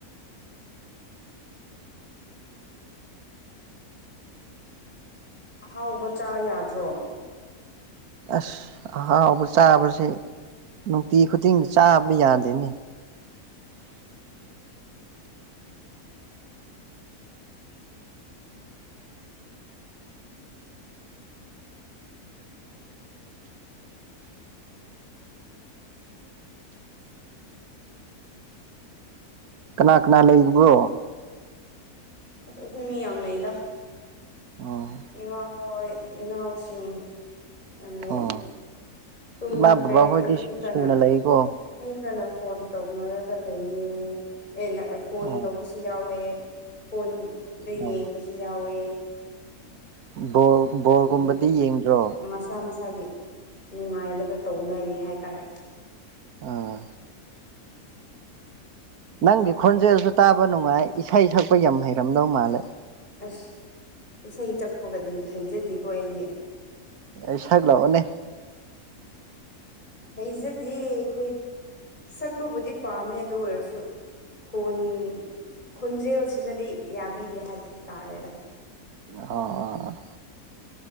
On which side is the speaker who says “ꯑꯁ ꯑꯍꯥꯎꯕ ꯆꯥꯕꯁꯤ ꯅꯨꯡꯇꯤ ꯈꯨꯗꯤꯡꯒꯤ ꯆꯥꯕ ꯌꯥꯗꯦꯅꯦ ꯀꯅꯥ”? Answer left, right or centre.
Right